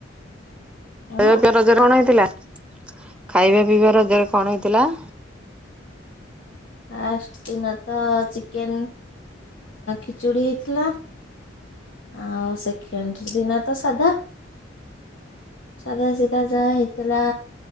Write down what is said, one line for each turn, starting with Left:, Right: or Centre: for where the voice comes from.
Left: ଉଁ
Centre: ଖାଇବା ପିଇବା ରଜରେ କଣ ହେଇଥିଲା, ଖାଇବା ପିଇବା ରଜରେ କଣ ହେଇଥିଲା?
Left: ଫାଷ୍ଟ ଦିନ ତ ଚିକେନ ଖିଚୁଡି ହେଇଥିଲା। ଆଉ ସେଖେଣ୍ଡ ଦିନ ତ ସାଧା। ସାଧା ସିଧା ଯାହା ହେଇଥିଲା।